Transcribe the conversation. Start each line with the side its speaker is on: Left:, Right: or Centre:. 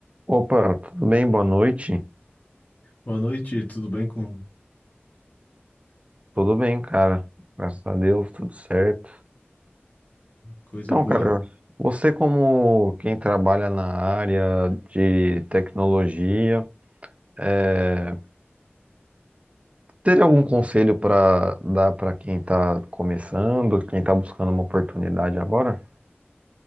Right: Opa, tudo bem? Boa noite.
Left: Boa noite, tudo bem com
Right: Tudo bem, cara. Graças a Deus, tudo certo.
Left: coisa
Right: Então,
Left: boa?
Right: cara, você como quem trabalha na área de tecnologia, é, teria algum conselho para dar para quem está começando, quem está buscando uma oportunidade agora?